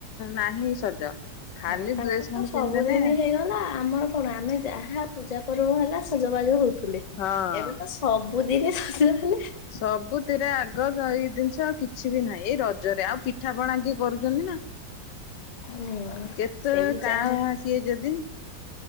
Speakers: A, on the left; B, on the left.
A: ନାହିଁ ସଜ ଖାଲି
B: ହଁ ତାଙ୍କର
A: ଡ୍ରେସ
B: ତ
A: ଖଣ୍ଡେ
B: ସବୁଦିନ
A: ପିନ୍ଧିଦେନେ
B: ହେଇଗଲା ଆମର କଣ ଆମେ ଯାହା ପୂଜା ପର୍ବ ହେଲା ସଜବାଜ ହଉଥିଲେ ଏବେ
A: ହଁ
B: ତ ସ ସବୁଦିନ ସଲେ ଖାଲି
A: ସବୁଥିରେ ଆଗ ଏଇ ଜିନିଷ ଆଉ କିଛି ବି ନାହିଁ ଏଇ ରଜରେ ଆଉ ପିଠାପଣା କି କରୁଛନ୍ତି ନା
B: ହୁଁ
A: କେତେ
B: ସେଇ
A: କାଁ
B: ଯାହା
A: ଭାଁ କିଏ ଯଦି